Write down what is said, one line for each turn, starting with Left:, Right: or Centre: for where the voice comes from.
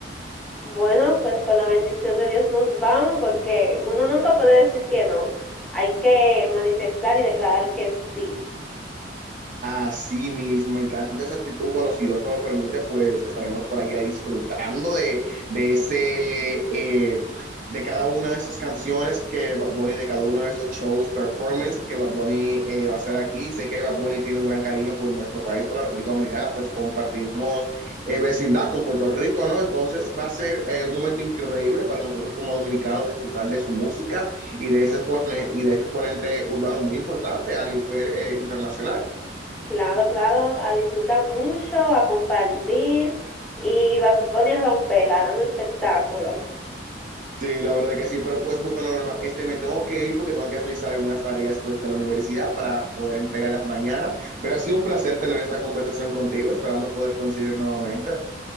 Centre: Bueno, pues con la bendición de Dios nos vamos, porque uno nunca puede decir que no, hay que manifestar y declarar que sí.
Right: Así mismo, me encanta esa actitud. Bueno, si Dios nos lo permite, pues estaremos por allá disfrutando de, de ese, eh, de cada una de esas canciones que Bad Bunny, de cada uno de esos shows, performance que Bad Bunny eh, va a hacer aquí. Sé que Bad Bunny tiene un gran cariño por nuestro país, por la República Dominicana, pues compartimos eh, vecindad con Puerto Rico, ¿no? Entonces va a ser eh, un momento increíble para nosotros como dominicanos disfrutar de su música y de ese exponente, y de ese exponente urbano muy importante a nivel eh, internacional.
Centre: Claro, claro, a disfrutar mucho, a compartir y Bad Bunny a romperla, a dar un espectáculo.
Right: Sí, la verdad que sí, pero pues bueno, Norma, este me tengo que ir porque tengo que realizar algunas tareas pues de la universidad para poder entregarlas mañana, pero ha sido un placer tener esta conversación contigo, esperando poder coincidir nuevamente.